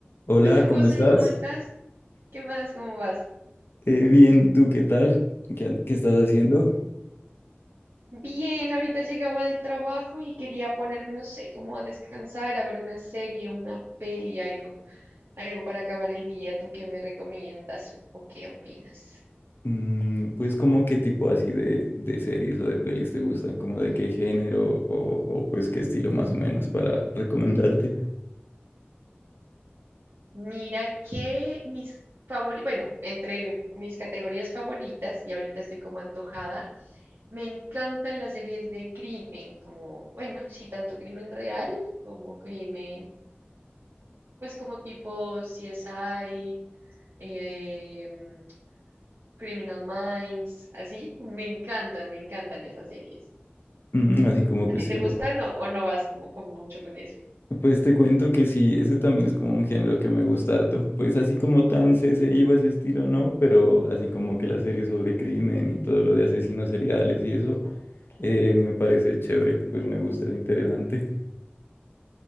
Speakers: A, on the left; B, on the right.
A: Hola,
B: Hola
A: ¿cómo
B: José,
A: estás?
B: ¿cómo estás? ¿Qué más? ¿Cómo vas?
A: Eh, bien, ¿y ¿tú qué tal? ¿Qué, an- qué estás haciendo?
B: Bien, ahorita llegaba del trabajo y quería ponerme, no sé, como a descansar, a ver una serie, una peli, algo, algo para acabar el día. ¿Tú qué me recomiendas o o qué opinas?
A: Mm, pues como qué tipo así de, de series o de pelis te gustan, como de qué género o, o, pues qué estilo más o menos para recomendarte.
B: Mira que mis favoritos, bueno, entre mis categorías favoritas, y ahorita estoy como antojada, me encantan las series de crimen, como, bueno, sí, tanto crimen real como crimen, pues como tipo CSI em, Criminal Minds, así. Me encantan, me encantan esas series.
A: Mm, así como
B: ¿A
A: cuestiones.
B: ti te gustan o, o no vas como, como mucho con eso?
A: Pues te cuento que sí, ese también es como un género que me gusta harto. Pues así como tan CSI o ese estilo no, pero así como que la serie sobre crimen y todo lo de asesinos seriales y eso, eh, me parece chévere, pues me gusta, es interesante.